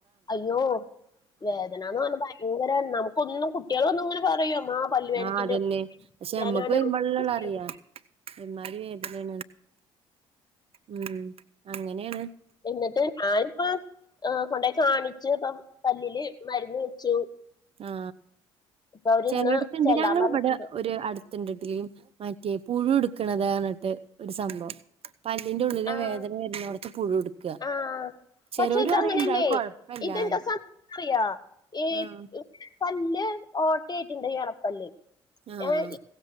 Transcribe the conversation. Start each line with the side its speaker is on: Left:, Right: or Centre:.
Left: അയ്യോ വേദനന്ന് പറഞ്ഞ ഭയങ്കര നമുക്കൊന്നും കുട്ടികള ഒന്നും ഇങ്ങനെ പറയും പല്ലുവേദനയ്ക്ക്
Right: ആഹ അതന്നെ പക്ഷെ
Left: ഞാനാണ്
Right: അമ്മക്ക് വരുമ്പോള്ളള്ള
Left: നോക്കിയത്
Right: അറിയാ എ്മാതി വ ഉം അങ്ങനെയാണ്
Left: എന്നിട്ട് ഞാനിപ്പ കൊണ്ടയി കാണിച്ചു ഇപ്പൊ പല്ലില് മരുന്ന് വെച്ചു
Right: ആ
Left: ഇപ്പൊ അവരിന്ന്
Right: ചെലയിടത്ത്ണ്ട്
Left: ചെല്ലാൻ
Right: ഞങ്ങൾ
Left: പറഞ്ഞിട്ടുണ്ട്
Right: ഇവിടെ ഒരു അടുത്ത് ത്തിട്ടിലും മാറ്റിയ പുഴു എടുക്കണത എന്നിട്ട് ഒരു സംഭവം പല്ലിന്റെ ഉള്ളിലെ
Left: ആഹ്
Right: വേദന വരുന്നോടത് പുഴു ഉടുക്ക
Left: ആഹ്
Right: ചെലേരു
Left: പക്ഷെ ഇതങ്ങനെയല്ലേ
Right: പറയിണ്ട് അത് കൊഴപ്പല്ലാന്ന്
Left: ഇതെന്താ അറിയാ ഈ
Right: ആഹ്
Left: പല്ല് ഓട്ടായിട്ടുണ്ട് ണപ്പല്ല്
Right: ആഹ്
Left: ഹേ